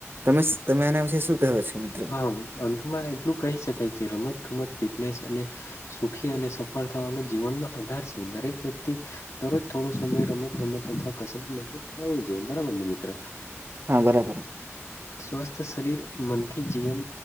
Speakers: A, on the right; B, on the left.
A: તમે તમે આના વિશે શું <unintelligible>
B: હા અંતમાં એટલું કહી શકાય કે રમત ગમત ફિટનેસ અને સુખી અને સફળ થવાનો જીવનનો આધાર છે દરેક વ્યક્તિ તરજ થોડો સમય રમત ગમત અથવા કસરત માટે આવું જોઈએ બરાબર ને મિત્ર
A: હા બરાબર
B: સ્વસ્થ શરીર મનથી જીવન